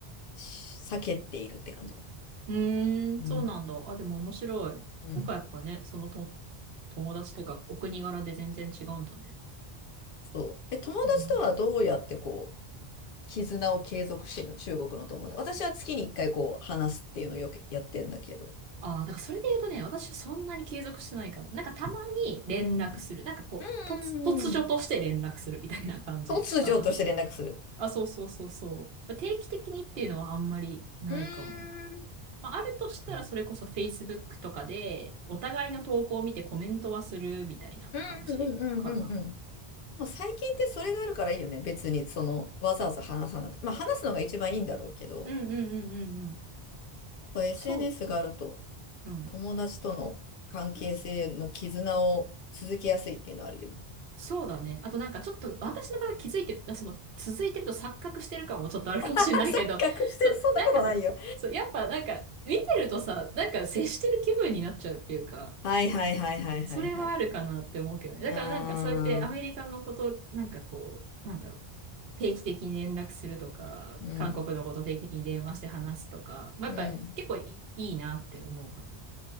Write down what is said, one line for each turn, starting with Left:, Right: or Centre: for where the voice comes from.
Left: し避けているって感じかな。
Right: うん。うーん。
Left: うん。
Right: そうなんだ。あ、でも面白い。
Left: うん。
Right: 結構やっぱね、そのと友達とかお国柄で全然違うんだね。
Left: そう。え、友達とはどうやってこう、
Right: うん。
Left: 絆を継続してるの中国の友達。私は月に一回こう話すっていうのをよくやってんだけど。
Right: ああ、だからそれで言うとね、私はそんなに継続してないかも。なんかたまに連絡する。
Left: うん
Right: なんかこう、
Left: うんうんうんうん。
Right: 突、突如として連絡するみたいな感じかな。
Left: 突如として連絡する。
Right: あ、そうそうそうそう。定期的にっていうのはあんまりないかも。
Left: うーん。
Right: まあ、あるとしたら、それこそ Facebook とかで、お互いの投稿を見てコメントはするみたいな感じかな。
Left: うんうんうんうんうん。もう最近ってそれがあるからいいよね。別に、その、わざわざ話さなくて。まあ、話すのが一番いいんだろうけど、
Right: うんうんうんうんうん。
Left: やっぱ SNS
Right: そう、
Left: があると、
Right: うん。
Left: 友達との関係性の絆を続けやすいっていうのはあるよね。
Right: そうだね。あとなんかちょっと私の場合は気づいて、その続いてると錯覚してる感もちょっとあるかもしれないけど、
Left: <laughs> 錯覚してる。
Right: <laughs> そう、
Left: そんなことないよ。
Right: なんかさ、そう、やっぱなんか見てるとさ、なんか接してる気分になっちゃうっていうか、
Left: はいはいはいはいはいはい。
Right: それはあるかなって思うけどね。だからなんかそうやってアメリカのこと、
Left: うーん。
Right: なんかこう、なんだろう。定期的に連絡するとか、
Left: うん。
Right: 韓国のこと定期的に電話して話すとか、まあ、
Left: うん。
Right: やっぱ結構いい、いいなって思うかな。